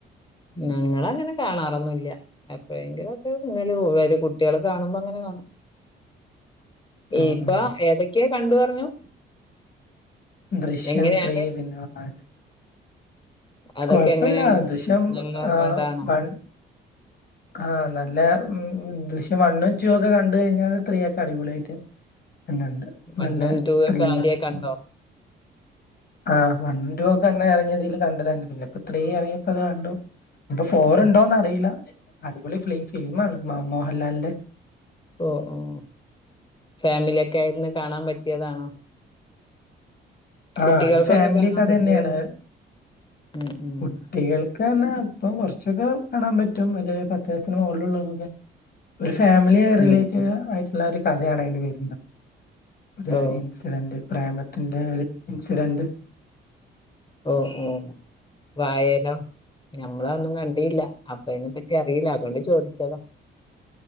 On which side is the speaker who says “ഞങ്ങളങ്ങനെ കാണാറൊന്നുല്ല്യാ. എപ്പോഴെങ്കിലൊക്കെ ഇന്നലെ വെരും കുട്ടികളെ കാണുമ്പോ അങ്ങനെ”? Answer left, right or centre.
Left